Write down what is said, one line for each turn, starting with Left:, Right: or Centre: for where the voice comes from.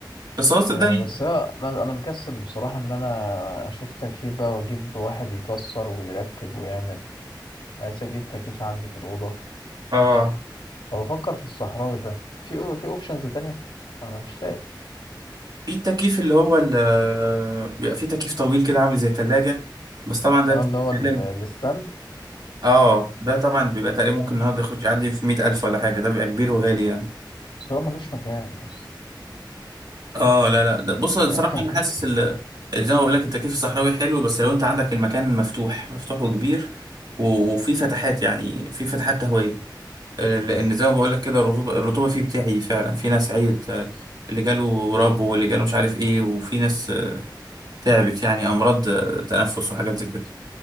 Right: بس هو صدقني
Left: آه، بس انا انا مكسل بصراحه ان انا اشوف تكييف بقى واجيب واحد يكسر ويركب ويعمل عايز اجيب تكييف عندي في الاوضه
Right: اه
Left: فبفكر في الصحراوي ده في في اوبشنز تانية انا مش لاقي
Right: في التكييف اللي هو ال- بيبقى في تكييف طويل كده عامل زي تلاجة بس طبعا ده
Left: هو
Right: انت
Left: اللي
Right: بتتكلم
Left: هو ال- الستاند
Right: اه ده طبعا بيبقى تقريبا ممكن النهارده يخش يعدي في مئة ألف ولا حاجة ده بيبقى كبير وغالي يعني
Left: بس هو ملوش مكان بس
Right: اه لا لا ده بص
Left: <laughs>
Right: بصراحة أنا حاسس ال- زي ما بقول لك التكييف الصحراوي حلو بس لو أنت عندك المكان مفتوح مفتوح وكبير و- وفي فتحات يعني في فتحات تهوية آه، لأن زي ما بقول لك كده الرطوبة الرطوبة فيه بتاعي فعلا في ناس عيت آه، اللي جاله رب واللي جاله مش عارف إيه وفي ناس آه، تعبت يعني أمراض آه، تنفس وحاجات زي كده